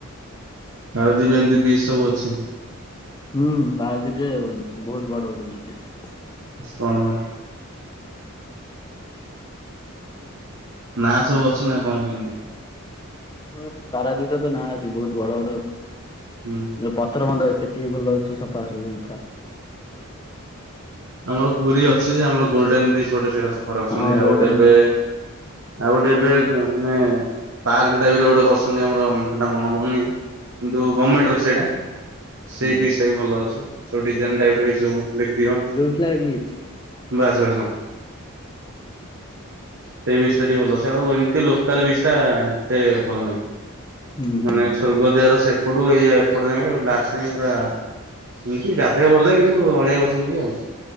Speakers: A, on the right; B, on the left.
A: ପାରାଦୀପ୍ ଏମ୍ତି ବିଚ୍ ସବୁ ଅଛି।
B: ହୁଁ ପାରାଦୀପ୍ ରେ ବହୁତ୍ ବଡ ବଡ ବିଚ୍ ଅଛି।
A: କଣ ବା। ନାଁ ସବୁ ଅ ଛି ନା କଣ କେମିତି?
B: ହଁ ପାରାଦୀପ୍ ର ତ ନାଁ ଅଛି ବୋହୁତ୍ ବଡ ବଡ
A: ହୁଁ।
B: ପତ୍ର ବନ୍ଧ ଅଛି ସେଠି ବି ଭଲ ଅଛି ସଫା ସଫୀ ପୁରା
A: ଆମର ପୁରୀ ଅଛି ଯେ ଆମର ଗୋଲ୍ଡେନ୍ ବିଚ୍ ପଟେ ସେଇଟା ସ ରଖୁଛନ୍ତି
B: ହଁ
A: ଆଉ
B: ଗୋଲ୍ଡେନ
A: ଗୋଟେ ଏବେ
B: ବିଚ୍
A: ଆଉ ଗୋଟେ ଏବେ ମାନେ ପାର୍କ ଟାଇପ୍ ରେ ଗୋଟେ କରିଚନ୍ତି ଆମର ସେଟା ମନେ ପଡୁନି। କିନ୍ତୁ ଗମେଣ୍ଟ୍ ର ସେଇଟା ସେଇ
B: ହୁଁ
A: ବିଚ୍ ଟା ଭଲ ଅଛି ସବୁ ଡିଜାଇନ ଟାଇପ ର ହେଇଚି ସବୁ ବୀକ୍ରୀ ହଁ
B: ବ୍ଲୁ ଫ୍ଲାଗ ବିଚ୍।
A: ବାସ୍ ବାସ୍ ହଁ ସେଇ ବିଚ୍ ଟା ଟିକେ ଭଲ ଅଛି ଆଉ ଏମିତି ଲୋକାଲ୍ ବିଚ୍ ଟା ତେ ଭଲ ନାହିଁ
B: ହୁଁ
A: ମାନେ
B: ହୁଁ
A: ସ୍ୱର୍ଗ ଦ୍ୱାର ସେପଟୁ ଇ ଏପଟ ଯାକେ ଲାଷ୍ଟ ଯାକେ ପୁରା ଏମିତି ଗାଧୋଇବାକୁ ଭଲ ଲାଗେ କି ତୁ ଅଳିଆ ବସନ୍ତି ଆଉ?